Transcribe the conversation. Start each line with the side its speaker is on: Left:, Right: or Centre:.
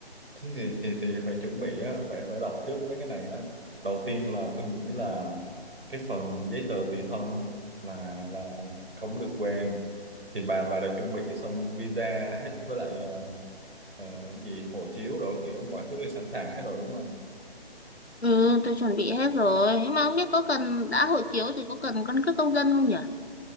Right: Thế thì, thì thì phải chuẩn bị á, phải phải đọc trước mấy cái này á. Đầu tiên là tôi nghĩ là cái phần giấy tờ tùy thân á, là là không được quên. Thì bà bà đã chuẩn bị xong visa hết với lại ờ, ờ, gì hộ chiếu rồi kiểu mọi thứ thì sẵn sàng hết rồi đúng không?
Left: ừ tôi chuẩn bị hết rồi nhưng mà không biết có cần đã hộ chiếu thì có cần căn cước công dân không nhỉ